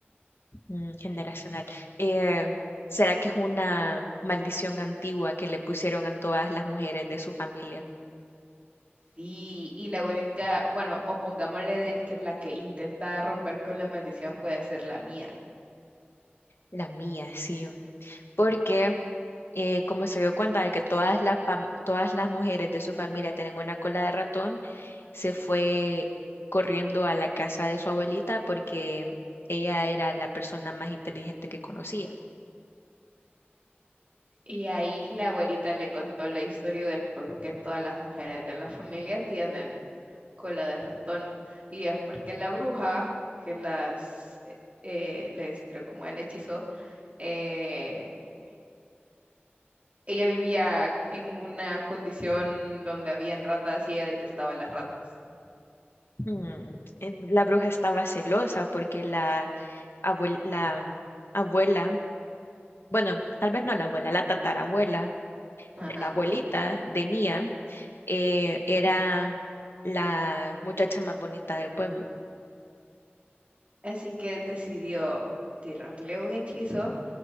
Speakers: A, on the left; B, on the right.
A: mm, generacional. Eh, ¿será que es una maldición antigua que le pusieron a todas las mujeres de su familia?
B: Y, y la única, bueno, o pongámosle de que la que intenta romper con la maldición puede ser la mía.
A: La mía, sí. Porque eh, como se dio cuenta de que todas las, fam- todas las mujeres de su familia tienen una cola de ratón, se fue corriendo a la casa de su abuelita porque ella era la persona más inteligente que conocía.
B: Y ahí la abuelita le contó la historia del por qué todas las mujeres de la familia tienen cola de ratón. Y es porque la bruja que las eh, les tiró como el hechizo, eh, ella vivía en una condición donde habían ratas y ella detestaba las ratas.
A: Hmm, eh, La bruja estaba celosa porque la, abuel- la abuela, bueno, tal vez no la abuela, la tatarabuela
B: Ajá.
A: de la abuelita de Mía, eh, era la muchacha más bonita del pueblo.
B: Así que decidió tirarle un hechizo